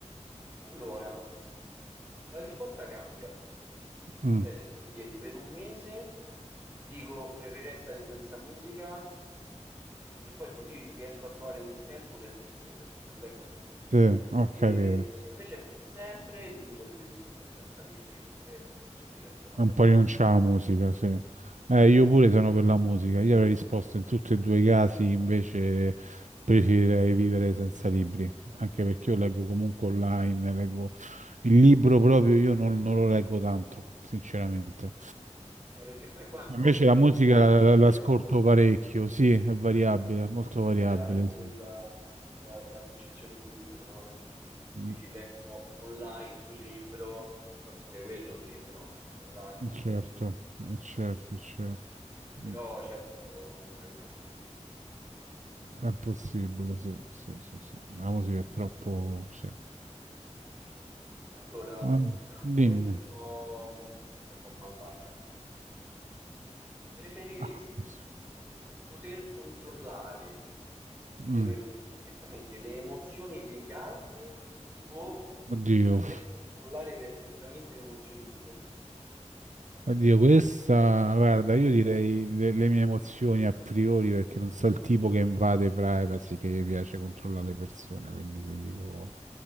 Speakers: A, on the right; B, on the right.
A: Allora, la risposta cambia.
B: Mm,
A: Cioè, se tu mi chiedi per un mese, ti dico preferirei stare senza musica perché, perché poi così riesco a trovare del tempo per leggere, perché non leggo mai.
B: sì, ok,
A: E se invece è per sempre, ti dico preferisco stare senza libri perché non posso dire addio alla
B: Un
A: musica.
B: po' rinunciare alla musica, sì.
A: No.
B: Eh, io pure sono per la musica. Io avrei risposto in tutti e due i casi, invece preferirei vivere senza libri, anche perché io leggo comunque online, leggo il libro proprio, io non, non lo leggo tanto, sinceramente.
A: Eh, perché poi qua è un po'
B: Invece la musica
A: variabile
B: la- la- l'ascolto parecchio, sì, è variabile, molto variabile,
A: Cioè, la- anche
B: sì.
A: la, anche la- la concezione di libro, no? Perché cioè, se tu dici
B: Mm,
A: leggo online un libro, però pure quello è un libro, anche se online, non,
B: Certo,
A: se- non necessariamente
B: eh, certo,
A: cartaceo.
B: certo.
A: Però
B: Mm.
A: certo, non serve senza musica, eh, è impossibile.
B: È possibile, sì, sì, sì, sì. Ma così è troppo... Sì.
A: Allora,
B: Ah,
A: senti un attimo,
B: dimmi.
A: questa è un po', mh, questa è un po' malvagia. Preferiresti
B: Ah,
A: cont- poter controllare eh,
B: mm,
A: perfettamente le emozioni degli altri o
B: Oddio,
A: saper controllare perfettamente le emozioni tue?
B: oddio, questa... Guarda, io direi le, le mie emozioni a priori perché non so il tipo che invade privacy, che gli piace controllare le persone, quindi ti dico...